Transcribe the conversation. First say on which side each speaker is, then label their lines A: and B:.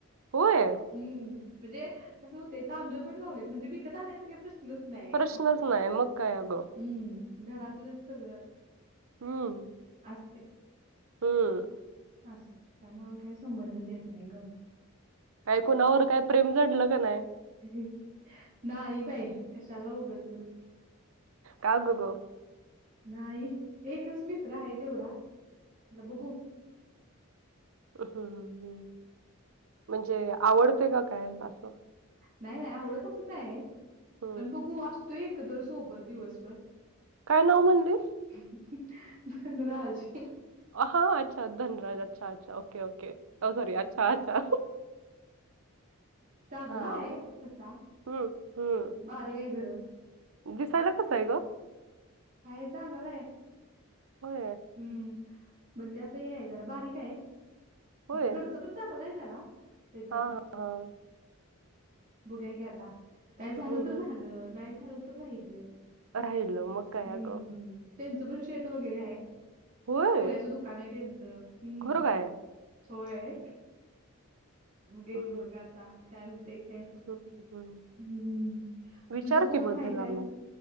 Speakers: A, on the right; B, on the right.
A: होय
B: हम् म्हणजे असं होतय तांदूळ पण लावलेत म्हणजे विकत आणायचा काय प्रश्न. नाही आहे
A: प्रश्नच
B: असं.
A: नाही मग काय अगं.
B: हम्म घरातलंच सगळं.
A: हो.
B: असते.
A: हम.
B: असं. त्यामुळ काय संबंधच येत नाही न.
A: काय
B: <unintelligible>
A: कुणावर काय प्रेम जडलं का नाही?
B: नाही बाई कशाला उगचच.
A: काग करू.
B: नाही एकच मित्र आहे तेवढा आता बघू.
A: हम्, हम् म्हणजे आवडतेय का काय असं.
B: नाही आवडतच नाही
A: हम्म.
B: पण बघू असतो एकत सोबत दिवसभर.
A: काय नाव म्हणजे?
B: <unintelligible> धनराज.
A: हा अच्छा! धनराज अच्छा! अच्छा! ओके ओके अच्छा! अच्छा!
B: चांगला
A: हां.
B: आहे तसा,
A: हम्म हम्म.
B: बारी आहे ग.
A: दिसायला कसं आहे ग?
B: आहे चांगलाय आहे.
A: होय
B: हम्म म्हणजे असं हे आहे जरा बारीक आहे
A: होय.
B: घरचं पण. चांगलाय जरा त्याच्या
A: हां
B: <inaudible>
A: हां.
B: बघुया की आता. काय झालं
A: हम्म
B: तर झालं नाही झालं तर राहिलं.
A: राहिल मग काय
B: हम्म
A: अगं.
B: त्यांचं पण शेत वगैरे आहे.
A: होय?
B: सोन्याचं दुकान आहे त्यांचं, हम्म
A: खरं काय?
B: होय. मुगे
A: हं,
B: की
A: हं,
B: बघाता काय होते काय.
A: हं, हं, हं.
B: हम्म,
A: विचार
B: तुझ कोण
A: की मग
B: हाय
A: त्याला
B: ते?
A: मग.